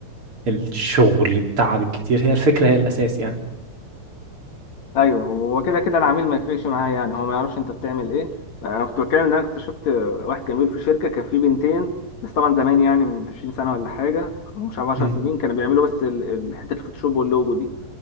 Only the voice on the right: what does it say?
الشغل التعب الكتير هي الفكرة هي الاساس يعني
مم.